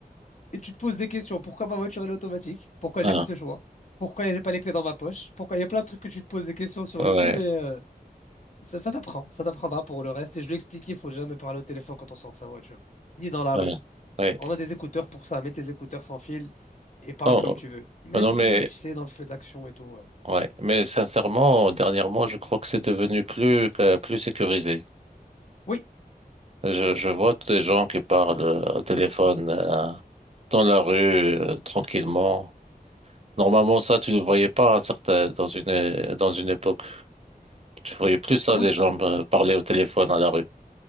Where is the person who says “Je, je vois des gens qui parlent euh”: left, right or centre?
Right